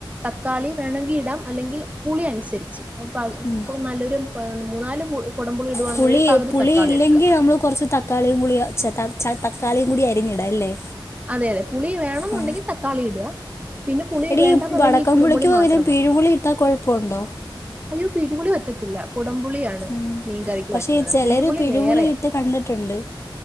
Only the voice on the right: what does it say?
തക്കാളി വേണങ്കിൽ ഇടാം അല്ലെങ്കിൽ പുളി അനുസരിച്ച് ഇപ്പ
നല്ലൊരു മൂന്നാല് കുടമ്പുളി ഇടുകയാണെന്നുണ്ടെങ്കിൽ
ഒരു പകുതി
തക്കാളി
എടുക്കുക
അതെ അതെ പുളി വേണെന്നുണ്ടെങ്കിൽ
തക്കാളി ഇടുക പിന്നെ പുളി
വേണ്ടെന്നുണ്ടെങ്കിൽ
ഈ കുടംപുളി
മാത്രം
മതി
അയ്യോ പിഴിപുളി പറ്റത്തില്ല കുടംപുളിയാണ്
മീൻകറിക്ക്
പറ്റുന്നത്
പിഴുപുളി വേറെയാ